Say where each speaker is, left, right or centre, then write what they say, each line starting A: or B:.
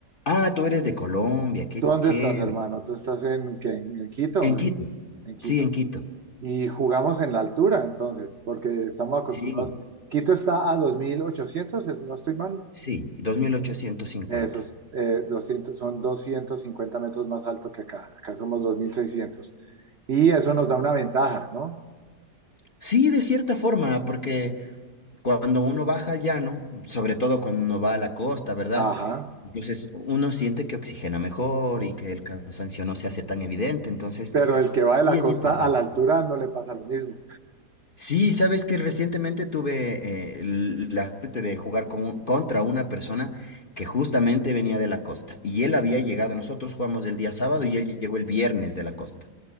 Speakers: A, on the left; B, on the right.
A: Ah, tú eres de Colombia, qué
B: ¿Tú dónde
A: chévere.
B: estás, hermano? ¿Tú estás en, qué, en, en Quito?
A: En Quito.
B: En, en Quito.
A: Sí, en Quito.
B: Y jugamos en la altura, entonces, porque estamos acostumbrados.
A: Sí,
B: Quito está a 2.800, es- no estoy mal.
A: sí, dos mil ochocientos cincuenta
B: Esos eh, 200, son 250 metros más alto que acá. Acá somos dos mil seiscientos Y eso nos da una ventaja, ¿no?
A: Sí, de cierta forma, porque cuando uno baja al llano, sobre todo cuando uno va a la costa, ¿verdad?
B: Ajá.
A: Entonces uno siente que oxigena mejor y que el cansancio no se hace tan evidente. Entonces,
B: Pero el que va de
A: sí
B: la
A: es
B: costa
A: importante.
B: a la altura no le pasa lo mismo.
A: Sí, sabes que recientemente tuve eh, l- la suerte de jugar con un- contra una persona que justamente venía de la costa y él había llegado, nosotros jugamos el día sábado y él llegó el viernes de la costa.